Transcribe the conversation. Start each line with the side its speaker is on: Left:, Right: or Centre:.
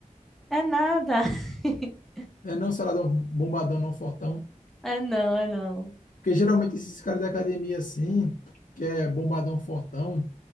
Centre: É nada. <laughs>
Left: É não saradão bombadão, não fortão.
Centre: É não, é não.
Left: Porque geralmente esses caras da academia assim, que é bombadão fortão,